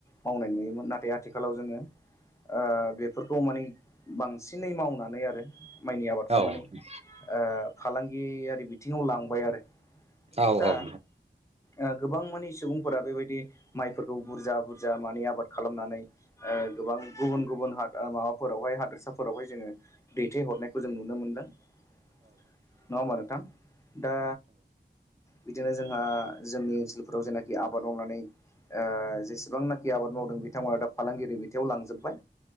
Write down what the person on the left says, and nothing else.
मावनाय नुयोमोन नाथाय आथिखालाव जोङो ओ बेफोर खौ माने बांसिनै मावनानै आरो माइनि आबादखौ माने
ओ
फालांगि यारि बिथिंआव लांबाय आरो
दा
ओ गोबां मानि सुबुंफोरा बेबायदि माइफोरखौ बुरजा बुरजा मानि आबाद खालामनानै ओ गोबां गुबुन गुबुन हादा माबाफोरावहाय हादोरसाफोरावहाय जोङो दैथायहरनायखौ जों नुनो मोनदों नंआ होमबा नोंथां दा बिदिनो जोंहा जोंनि ओनसोलफोराव जेनाखि आबाद मावनानै ओ जेसेबांनाखि जे आबाद मावदों बिथांमोना दा फालांगिरि बिथायाव लांजोबबाय